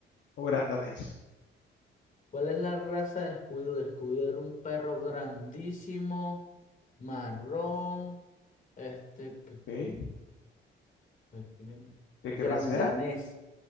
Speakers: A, on the left; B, on the left.
A: o Grandanés?
B: ¿Cuál es la raza de Scooby-Doo? Scooby-Doo era un perro grandísimo, marrón, este, pequeño,
A: Ok,
B: pequeño,
A: ¿de
B: grandanés,
A: qué raza era?